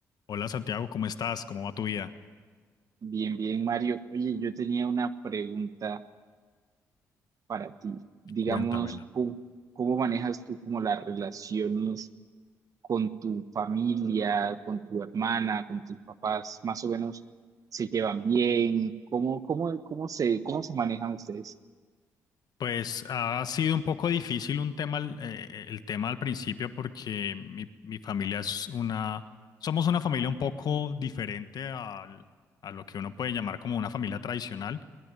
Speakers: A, on the left (about 65°); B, on the right (about 50°).
A: Hola Santiago, ¿cómo estás? ¿Cómo va tu vida?
B: Bien, bien, Mario. Oye, yo tenía una pregunta para ti. Digamos,
A: Cuéntamela.
B: ¿cómo, cómo manejas tú como las relaciones con tu familia, con tu hermana, con tus papás? Más o menos, ¿se llevan bien? ¿Cómo, cómo, cómo se, cómo se manejan ustedes?
A: Pues ha sido un poco difícil un tema, al- eh, eh, el tema al principio porque mi, mi familia es una, somos una familia un poco diferente al- a lo que uno puede llamar como una familia tradicional.